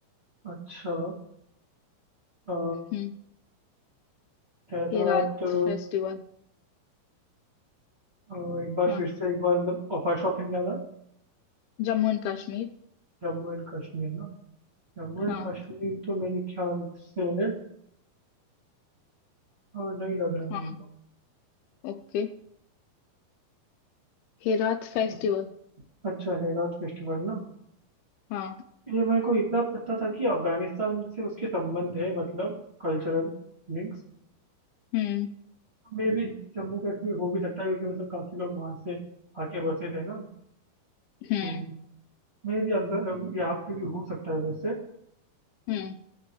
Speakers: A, on the right; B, on the left.
A: अच्छा अ,
B: हम्म
A: हेरा
B: हेराथ
A: तो
B: फेस्टिवल
A: अ, एक बार
B: हाँ
A: फिर से एक बार मतलब फर्स्ट ऑप्शन क्या था
B: जम्मू एंड कश्मीर
A: जम्मू एंड कश्मीर ना जम्मू एंड
B: हाँ
A: कश्मीर तो मेरे ख्याल से अ, नहीं लग रहा मेरे
B: हाँ
A: को
B: ओके हेराथ फेस्टिवल
A: अ, अच्छा हेरा फेस्टिवल ना
B: हाँ
A: ये मेरे को इतना पता था कि अफगानिस्तान से उसके संबंध है मतलब कल्चरल लिंक्स
B: हम्म
A: मे भी जम्मू कश्मीर हो भी सकता है क्योंकि मतलब काफी लोग वहां से आके बसे थे ना
B: हम्म
A: तो मे भी यहाँ पे भी हो सकता है वैसे
B: हम्म